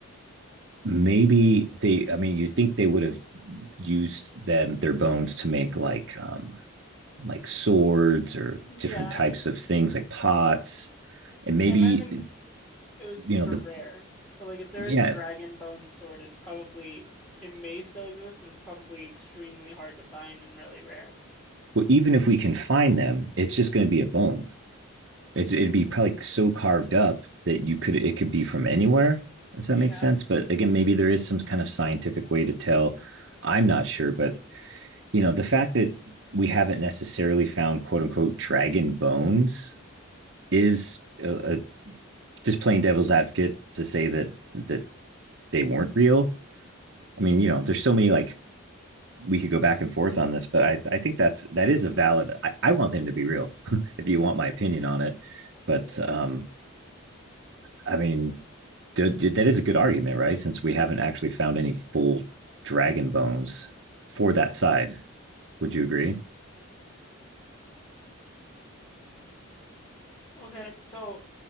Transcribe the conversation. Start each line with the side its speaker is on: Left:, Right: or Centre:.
Right: maybe they. I mean, you'd think they would have used them their bones to make like um like swords or
Left: Yeah,
Right: different types of things like pots, and maybe
Left: I imagine it was super
Right: you know the
Left: rare. So like if there
Right: yeah.
Left: is a dragon bone sword, it's probably it may still exist, but it's probably extremely hard to find and really rare.
Right: Well, even if we can find them, it's just going to be a bone. It's it'd be probably like, so carved up that you could it could be from anywhere if
Left: Yeah.
Right: that makes sense. But again, maybe there is some kind of scientific way to tell. I'm not sure, but you know, the fact that we haven't necessarily found quote unquote dragon bones is a, a, just playing devil's advocate to say that that they weren't real. I mean, you know, there's so many like we could go back and forth on this, but I, I think that's that is a valid. I, I want them to be real, <laughs> if you want my opinion on it. But um, I mean, d- d- that is a good argument, right? Since we haven't actually found any full dragon bones for that side, would you agree?
Left: Okay, so